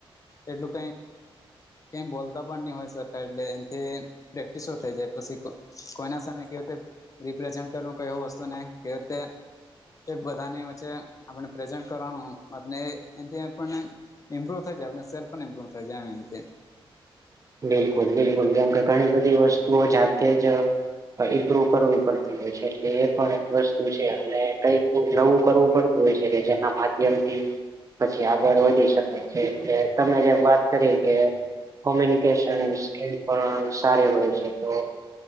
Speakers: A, on the left (about 35°); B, on the right (about 35°).
A: એટલું કઈક કેમ બોલતા પણ ની હોય સર કાઈ એટલે એમ કે પ્રેક્ટિસો હો થઈ જાય. પસી કો-કોઈના સામે કેવી રીતે રિપ્રેઝેન્ટ કરવુ, કઈ એવુ વસ્તુ નઈ કે તે તે બધાની વચ્ચે આપણને પ્રેઝન્ટ કરવાનું અને એનથી આપણને ઈમ્પ્રુવ થઈ જાય, આપને સેલ્ફ પણ ઇમપ્રુવ થય જાવ એમ કે.
B: બિલકુલ બિલકુલ, કેમ કે ઘણી બધી વસ્તુઓ જાતે જ પ્રુવ કરવી પડતી હોય છે, એટલે એ પણ એક વસ્તુ છે, અને કઈક નવું કરવું પડતું હોય છે કે, જેના માધ્યમથી પછી આગળ વધી શકાય છે, એટલે તમે જેમ વાત કરી કે કોમી નિકેશન સ્કિલ પણ સારી હોય છે. તો